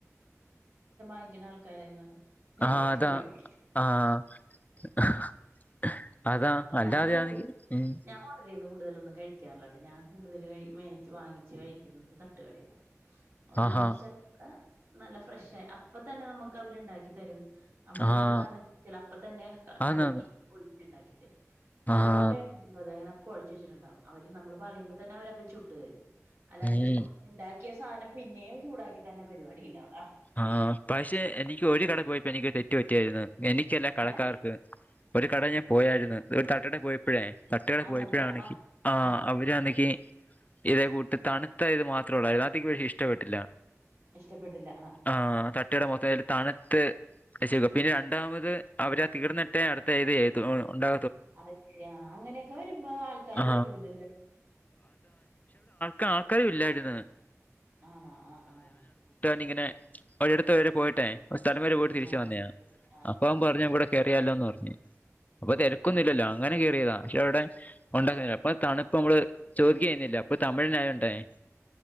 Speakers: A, on the right (about 50°); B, on the left (about 30°).
A: ഭയങ്കര ആൾക്കാരായതാണ് വെലയൊക്കറിയും
B: ആഹ് അതാ ആഹ് ഹ് അതാ അല്ലാതെയാണെങ്ക്
A: ഞാൻ കൂടുതൽ
B: മ്മ്
A: ഞാൻ ഹോട്ടലിന്ന് കൂടുതലൊന്നും കഴിക്കാറില്ലട്ട ഞാൻ കൂടുതല് കഴി വേച്ച് വാങ്ങിച്ച് കഴിക്കുന്നത് തട്ടുകടേന്നാണ് <unintelligible>
B: ആഹാ
A: നല്ല ഫ്രശ്ശേ അപ്പ തന്നെ നമുക്ക് അവരുണ്ടാക്കി തരും നമ്മളെന്ത്
B: ആഹ്
A: സാധനം <unintelligible> അപ്പ തന്നെ ക കലക്കി
B: ആന്നാന്ന്
A: ഒഴി ണ്ടാക്കിത്തെ പൊറോട്ടെ
B: ആഹ്
A: <unintelligible> കുഴച്ച് വെച്ചിട്ടുണ്ടാവും അവര് നമ്മള് പറയുമ്പോ തന്നെ അവരപ്പ ചുട്ട് രും അല്ലാണ്ട്
B: ഉം
A: ഉണ്ടാക്കിയ സാനം പിന്നെയും ചൂടാക്കി തന്നെ പരിപാടിയില്ല അവുടാ
B: ആഹ് പശേ എനിക്ക് ഒരു കട പോയപ്പോ എനിക്ക് തെറ്റ് പറ്റിയായിര്ന്നു എനിക്കല്ല കടക്കാർക്ക്
A: ഏഹ്
B: ഒരു കട ഞാൻ പോയായിരുന്നു ഒരു തട്ടട പോയപ്പോഴേ തട്ട് കാടെ
A: അന്നിട്ട്
B: പോയപ്പോഴാണെ
A: ആഹ്
B: ക്ക് ആ
A: ആഹ്
B: അവര്ണെക്ക് ഇതേ കൂട്ട് തണ്ത്ത ഇത് മാത്ര ഒള്ളു എല്ലാത്തിക്കും പക്ഷി ഇഷ്ട പ്പെട്ടില്ല
A: ഇഷ്ടപ്പെട്ടില്ല
B: ആഹ് തട്ട്കട മോസായാലും തണ്ത്ത് രച്ചക്കുക പിന്നെ രണ്ടാമത് അവരാ തീർന്നിട്ടേ അടുത്ത ഏത് ഏരിയ <unintelligible> ഉണ്ടാ
A: അത <unintelligible> ശര്യ <unintelligible> അങ്ങനെയൊക്കെ വരുമ്പോ ആൾക്കാര്
B: ആ
A: വരൂലല്ലൊ
B: കാക്കാര് ഇല്ലായിര്ന്നു
A: ആണൊ ആഹ് ആഹ
B: ലിങ്ങനെ ഒരു ഇടെത്ത <unintelligible> ടെ പോയിട്ടേ സ്ഥലം വരെ പോയിട്ട തിരിച്ചു
A: ആഹ്
B: വന്നേയ
A: ശരി ആഹ്
B: അപ്പം
A: ആഹ്
B: പറയഞ്ഞ കുടെക്ക റിയാലോന്ന് പറ്ഞ്ഞ് അപ്പ തിരക്കൊന്നില്ലല്ലോ
A: ആഹ്
B: അങ്ങനെ ക്കേറിയതാ പക്ഷെ അവിടെ ഉണ്ടാക്കു <unintelligible> അപ്പൊ തണുപ്പ് നമ്മള് ചോദിക്കെ ചെഴുന്നില്ല അപ്പൊ തമിഴിനായ ഉണ്ടായേ